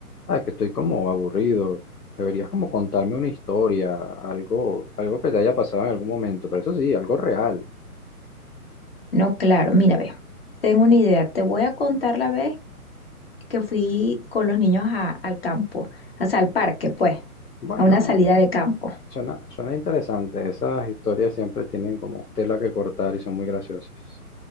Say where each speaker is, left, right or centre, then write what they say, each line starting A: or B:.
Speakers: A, on the left; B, on the left.
A: Ah, que estoy como aburrido. Deberías como contarme una historia, algo, algo que te haya pasado en algún momento, pero eso sí, algo real.
B: No, claro, mira, ve, tengo una idea. Te voy a contar la vez que fui con los niños a- al campo, o sea, al parque, pues,
A: Bueno,
B: a una salida de campo.
A: suena, suena interesante. Esas historias siempre tienen como tela que cortar y son muy graciosas.